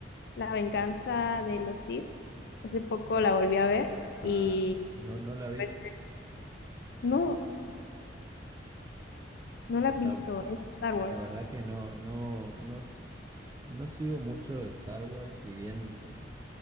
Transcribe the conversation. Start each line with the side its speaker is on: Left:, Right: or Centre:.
Left: La venganza de los Sith. Hace poco la volví a ver
Right: Ah,
Left: y
Right: no, no la vi.
Left: pues, no, no la
Right: Está,
Left: has visto,
Right: bu-
Left: es Star Wars.
Right: la verdad que no, no, no, s- no sigo mucho Star Wars, si bien,